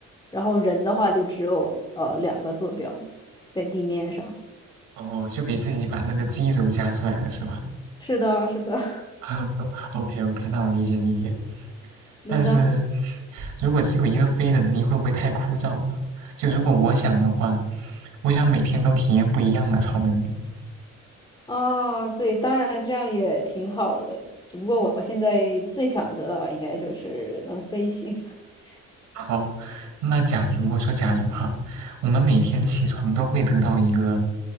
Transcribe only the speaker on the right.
哦，就给自己把那个基轴加出来了是吧
<laughs>？OK OK，那我理解理解。
但是如果只有一个飞的能力，会不会太枯燥了？就如果我想的话，我想每天都体验不一样的超能力。
好，那假如我说假如哈，我们每天起床都会得到一个